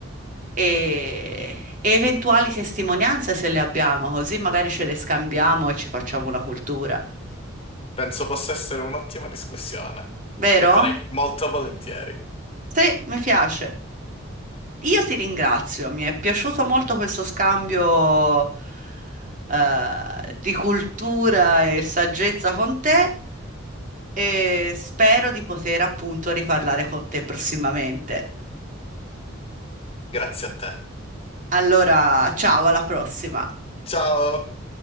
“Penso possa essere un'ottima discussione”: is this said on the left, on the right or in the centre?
Left